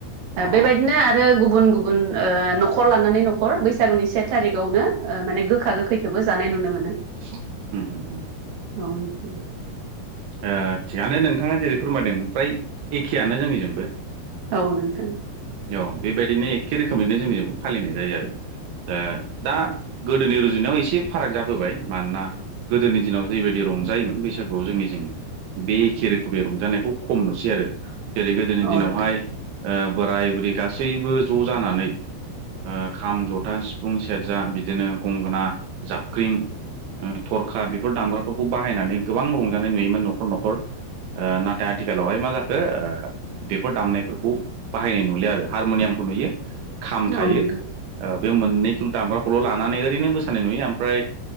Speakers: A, on the right; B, on the right.
A: अ
B: बेबायदिनो आरो गुबन गुन ओ- न'खर लानानै न'खर बैसागुनि से थारिखावनो ओ- माने गोखा गोखैखौबो जानाय नुनो मोनो
A: <unintelligible> <inaudible>
B: <unintelligible> <inaudible>
A: ओ- थिगानो नोंथाङा जेरै फोरमायदों फ्राय एखेयानो जोंनिजोंबो
B: औ- नोंथां।
A: औ- बेबायदिनो एखे रोखोमैनो जोंनि जोंबो फालिनाय जायो आरो। ओ- दा- गोदोनि रुजुनायाव एसे फाराग जाबोबाय मानोना गोदोनि दिनाव जेबायदि रंजायोमोन बैसागुआव जोंनि जों बे एखे रोखोमै रंजानायखौ खम नुसै आरो जेरै गोदोनि
B: औ
A: दिनावहाय
B: नोंथां
A: ओ- बोराय बुरै गासैबो ज' जानानै ओ- खाम जथा सिफुं सेरजा बिदिनो गंगोना जाबख्रिं ओ- थरखा बेफोर दामग्राफोरखौ बाहायनानै गोबां रंजानाय नुयोमोन न'खर न'खर ओ- नाथाय आथिखालावहाय मा जाखो ओ- बेफोर दामनायफोरखौ बाहायनाय नुलि आरो हारमुनियामखौ नुयो खाम
B: औ
A: थायो
B: नोंथां
A: ओ- बे मोननैखौ दामग्राखौल' लानानै ओरैनो मोसानाय नुयो ओमफ्राय